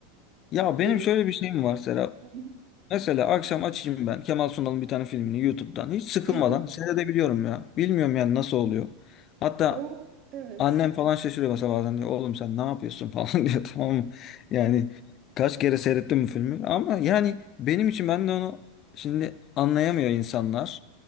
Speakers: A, on the left; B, on the right.
A: Ya
B: Böyle.
A: benim şöyle bir şeyim var Serap.
B: Hı hı.
A: Mesela akşam açayım ben Kemal Sunal'ın bir tane filmini YouTube'dan. Hiç sıkılmadan
B: Hı hı.
A: seyredebiliyorum ya. Bilmiyorum yani nasıl oluyor. Hatta
B: O evet.
A: annem falan şaşırıyor mesela bazen diyor. Oğlum sen ne yapıyorsun <laughs> falan diyor tamam mı? Yani kaç kere seyrettim bu filmi. Ama yani benim için ben de onu şimdi anlayamıyor insanlar.